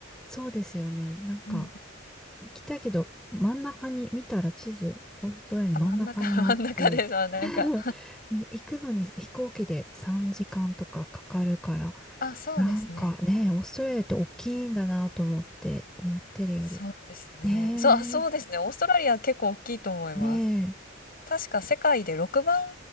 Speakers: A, in the centre; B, on the left.
A: そうですよね。なんか、
B: うん。
A: 来たけど、真ん中に、見たら地図、オーストラリアの真ん中にあって、
B: あ、真ん中、<laughs> 真ん中です。あ、なんか。
A: <laughs> 行くのに飛行機で3時間とかかかるから、
B: あ、そうですね。
A: なんかね、オーストラリアって大きいんだなと思って、思ってるより。
B: そうですね。
A: ね
B: そう、あ、そうですね。オーストラリア結構大きいと思います。
A: え、ねえ、
B: 確か世界で6番